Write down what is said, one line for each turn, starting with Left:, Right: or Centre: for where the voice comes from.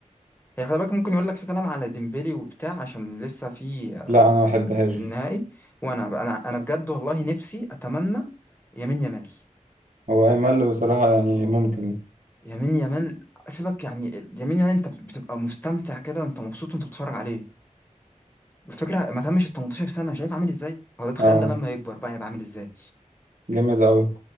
Left: هي خلي بالك ممكن يقول لك في كلام على ديمبلي وبتاع عشان لسه في
Right: لا أنا مبحبهاش
Left: النهائي
Right: دي
Left: وانا انا انا بجد والله نفسي اتمنى يمين يمال
Right: هو أمل بصراحة يعني ممكن
Left: يمين يمال سيبك يعني يمين يمال انت بتبقى مستمتع كده وانت مبسوط وانت بتتفرج عليه الفكره ما تمش ال 18 سنه شايف عامل ازاي هو ده تخيل
Right: اه
Left: ده لما يكبر بقى يبقى عامل ازاي
Right: جامد أوي